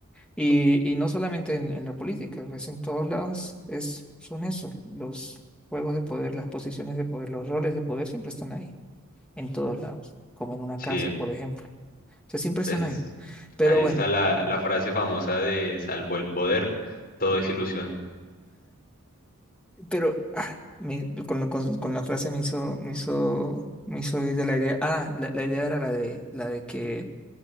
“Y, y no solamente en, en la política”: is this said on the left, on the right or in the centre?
Centre